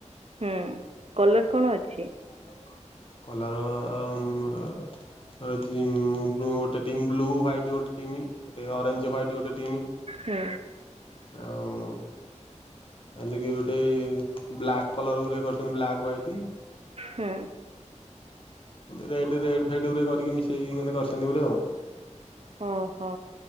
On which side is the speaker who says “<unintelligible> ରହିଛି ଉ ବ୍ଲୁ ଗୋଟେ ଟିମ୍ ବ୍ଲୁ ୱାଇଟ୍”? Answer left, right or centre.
Left